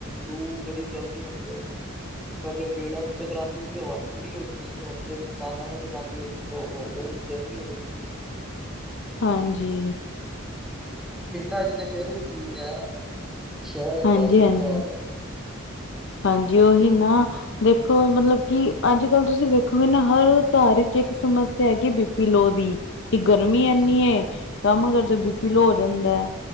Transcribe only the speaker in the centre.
ਲੂ ਬੜੀ ਚੱਲਦੀ ਹੁਣ ਤੇ ਪਹਿਲੇ ਪੇੜਾਂ ਨੂੰ ਟਕਾਉਂਦੀ ਸੀ ਹਵਾ ਠਡੀ ਠੰਡੀੀ ਹੋ ਜਾਂਦੀ ਸੀ ਹੁਣ ਤੇ ਮਕਾਨਾਂ ਨੂੰ ਟਕਾਉਂਦੀ ਉਰੋਂ ਹੋਰ ਗਰਮ ਗਰਮੀ ਹੋ ਜਾਂਦੀ।
ਪਿੰਡਾਂ ਚ ਤੇ ਫਿਰ ਵੀ ਠੀਕ ਹੈ। ਪਰ ਸ਼ਹਿਰਾਂ 'ਚ
ਜ਼ਿਆਦਾ ਹੀ ਬੁਰਾ
ਹਾਲ ਹੋਇਆ ਪਿਆ।
ਜੀ ਜੀ